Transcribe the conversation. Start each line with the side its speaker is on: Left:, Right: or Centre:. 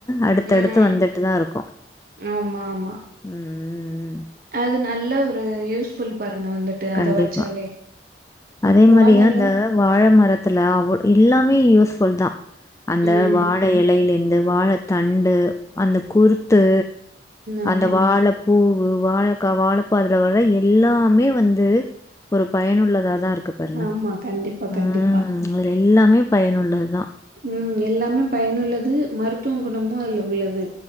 Left: அடுத்தடுத்து
Right: ம் ம்.
Left: வந்துட்டுதான் இருக்கும்
Right: ஆமா ஆமா
Left: ம் ம் ம்
Right: அது நல்ல ஒரு யூஸ்ஃபுல்பா ங்க வந்துட்டு
Left: கண்டிப்பா
Right: அத வச்சாலே
Left: அதே
Right: வாழ
Left: மாரி
Right: இல
Left: அந்த வாழ ழ மரத்துல எல்லாமே யூஸ்ஃபுல் தான் அந்த
Right: ம்
Left: வாழை இலையையில் இரு இந்த வாழை தண்டு அந்த குறுத்து
Right: ஆமா
Left: அந்த வாழைப்பூ வாழக்கா வாழப்பதுல வர எல்லாமே வந்து ஒரு பயனுள்ளதா இதா இருக்கு பாருங்க
Right: ஆமா கண்டிப்பா
Left: உம்
Right: கண்டிப்பா
Left: எல்லாமே பயனுள்ளது தா
Right: ம் எல்லாமே பயனுள்ளது மரு த்துவ குணமும் அதுல உள்ளது